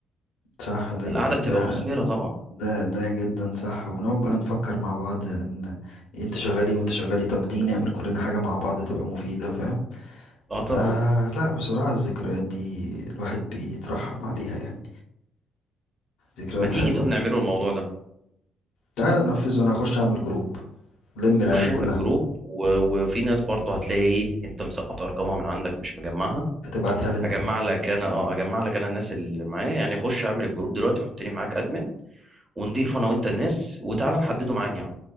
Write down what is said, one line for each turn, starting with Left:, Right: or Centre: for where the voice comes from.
Left: صح
Right: فالقعدة
Left: ده ج...
Right: بتبقى
Left: ده
Right: مثمرة طبعا
Left: ده ده جدا صح وبنقعد بقى نفكر مع بعض ان إيه، انت شغال ايه وانت شغال ايه طب ما تيجي نعمل كلنا حاجه مع بعض تبقى مفيده فاهم
Right: اه
Left: فلا
Right: طبعا
Left: بصراحه الذكريات دي الواحد بيترحم عليها يعني ذكريات
Right: ما تيجي
Left: حلوه
Right: طب نعمله الموضوع ده
Left: تعالى ننفذ وانا اخش اعمل جروب لم العيال
Right: خش اعمل
Left: كلها
Right: جروب و... وفي ناس برضه هتلاقي ايه انت مسقط ارقامها من عندك مش مجمعها
Left: هتبعتها لي انت
Right: هجمع لك انا اه هجمع لك انا الناس اللي معايا يعني خش اعمل الجروب دلوقتي حطني معاك ادمن ونضيف انا وانت الناس وتعالى نحدده ميعاد يا عم